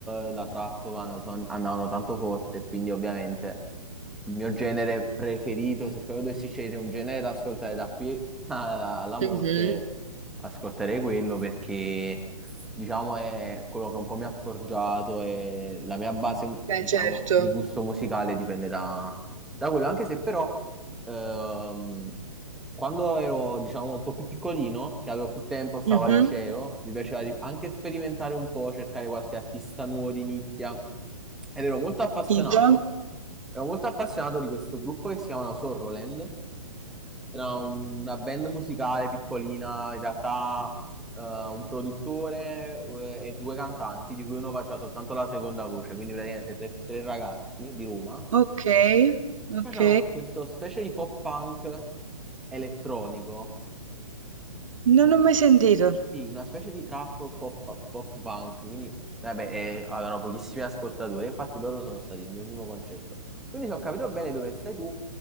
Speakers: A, in the centre; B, on the right.
A: eh, la trap va- so- andavano tanto forte, quindi ovviamente il mio genere preferito, se proprio dovessi scegliere un genere da ascoltare da qui <laughs> alla, alla morte,
B: Mhm.
A: ascolterei quello perché, diciamo, è quello che un po' mi ha forgiato e la mia base,
B: Beh,
A: diciamo,
B: certo.
A: di gusto musicale dipende da da quello, anche se però ehm, quando ero, diciamo, un po' più piccolino, che avevo più tempo, stavo
B: Mhm.
A: al liceo, mi piaceva di- anche sperimentare un po', cercare qualche artista nuovo di nicchia. Ed ero molto appassionato,
B: Tipo?
A: ero molto appassionato di questo gruppo che si chiamano Sorroland. Era una band musicale piccolina, in realtà eh, un produttore eh, e due cantanti, di cui uno faceva soltanto la seconda voce, quindi praticamente tre, tre ragazzi di Roma
B: Ok, ok.
A: che facevano questo specie di pop punk elettronico,
B: Non
A: mm,
B: l'ho mai sentito.
A: sì, una specie di trap pop, pop punk, quindi vabbè, eh, avevano pochissimi ascoltatori, infatti loro sono stati il mio primo concerto. Quindi se ho capito bene dove stai tu,